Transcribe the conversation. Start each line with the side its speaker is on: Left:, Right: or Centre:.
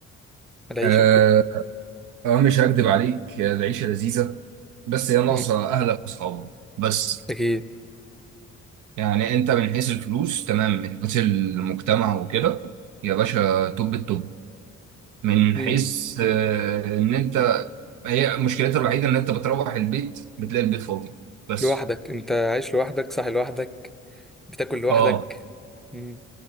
Centre: العيشة
Right: أه
Centre: وكده
Right: أه مش هكدب عليك العيشه لذيذه بس هي ناقصه
Centre: مم.
Right: اهلك واصحابك بس
Centre: أكيد
Right: يعني انت من حيث الفلوس تمام من حيث المجتمع وكده يا باشا توب التوب من
Centre: مم.
Right: حيث أه ان انت هي مشكلتها الوحيده ان انت بتروح البيت بتلاقي البيت فاضي بس
Centre: لوحدك أنت عايش لوحدك صاحي لوحدك بتاكل لوحدك
Right: اه
Centre: مم.